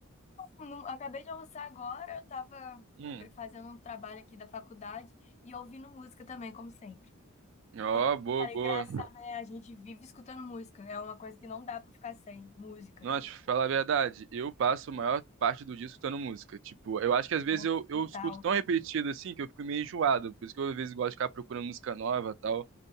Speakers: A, on the left (about 30°); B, on the right (about 60°).
A: Não- acabei de almoçar agora, eu tava
B: Hum.
A: fazendo um trabalho aqui da faculdade e ouvindo música também, como sempre.
B: Ó,
A: Eu,
B: boa,
A: cara, é
B: boa.
A: engraçado, né? A gente vive escutando música, é uma coisa que não dá pra ficar sem música.
B: Nossa, te falar a verdade, eu passo a maior parte do dia escutando música. Tipo, eu acho que às vezes
A: Nossa,
B: eu, eu
A: total.
B: escuto tão repetido assim que eu fico meio enjoado. Por isso que eu às vezes gosto de ficar procurando música nova e tal.